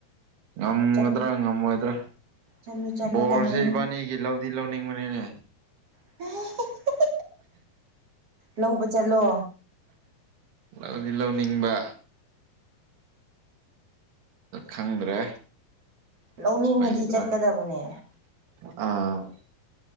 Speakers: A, on the right; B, on the right.
A: ꯉꯝꯒꯗ꯭ꯔꯥ
B: ꯆꯠꯂꯨ
A: ꯉꯝꯃꯣꯏꯗ꯭ꯔꯥ
B: ꯆꯠꯂꯨ ꯆꯠꯂꯨ
A: ꯕꯣꯔꯁꯦ
B: ꯇꯟꯒꯅꯨ
A: ꯏꯕꯥꯅꯤꯒꯤ ꯂꯧꯗꯤ ꯂꯧꯅꯤꯡꯕꯅꯤꯅꯦ
B: <inaudible> ꯂꯧꯕ ꯆꯠꯂꯣ
A: ꯂꯧꯗꯤ ꯂꯧꯅꯤꯡꯕ ꯈꯪꯗ꯭ꯔꯦ
B: ꯂꯧꯅꯤꯡꯉꯗꯤ
A: ꯑꯣꯏꯒꯗ꯭ꯔꯥ
B: ꯆꯠꯀꯗꯕꯅꯦ
A: ꯑꯥ